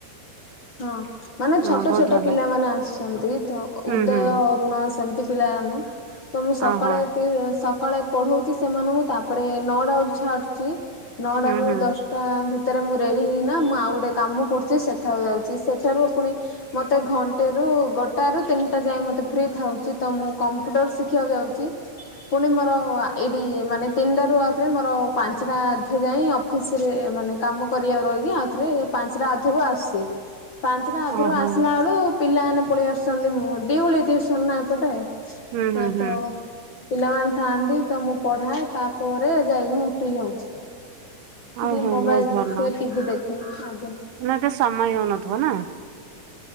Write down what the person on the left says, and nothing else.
ହଁ। ମାନେ
ଛଟ
ଛୋଟ
ପିଲାମାନେ ଆସିଛନ୍ତି ତ
ଉଦୟ,
ଅରୁଣ ସେମିତି ପିଲାମାନେ। ତ ମୁଁ ସକାଳେ
ଏଠି ସକାଳେ ପଢଉଚି ସେମାନଙ୍କୁ ତାପରେ ନଅଟା ଳକୁ ଛାଡୁଛି ନଅଟାରୁ
ଦଶ୍ ଟା ଭିତରେ ମୁଁ ରେଡ଼ି ହେଇନା ମୁଁ ଆଉ ଗୋଟେ କାମ କରୁଚି ସେଠାକୁ ଯାଉଚି, ସେଠାରୁ ପୁଣି ମତେ ଘଣ୍ଟେ ରୁ ଗୋଟାଏ ରୁ ତିନିଟା ଯାଏଁ ମତେ ଫ୍ରି ଥାଉଚି ତ ମୁଁ କମ୍ପୁଟର ଶିଖିବାକୁ ଯାଉଚି। ପୁଣି ମୋର ଆ ଏଇଠି ମାନେ ତିନିଟାରୁ ଆଉଥରେ ମୋର ପାଞ୍ଚଟା ଧିଏ ଯାଇଁ ଅ ଫିସିରେ ମାନେ କାମ କରିବାକୁ ରହିକି ଆଉ ଥରେ ପାଞ୍ଚଟା ଅଧେକୁ ଆସି ପାଞ୍ଚଟା ଅଧେରୁ
ଆସିଲା ଏଳୁ ପିଲାମାନେ ପଳି ଆସୁଛନ୍ତି ମୁଁ ଦିଉଳି ଟିଉସନ ନା ଏପଟେ।
ନାଁ
ତ। ପିଲାମାନେ ଥାଆନ୍ତି ତ ମୁଁ ପଢାଏ ତାପରେ ଯାଇକି ମୁଁ ଫ୍ରି ହଉଚି।
ଦି ମୋବାଇଲ
ଦେଖେ ଟିଭି ଦେଖେ ଆଗେ।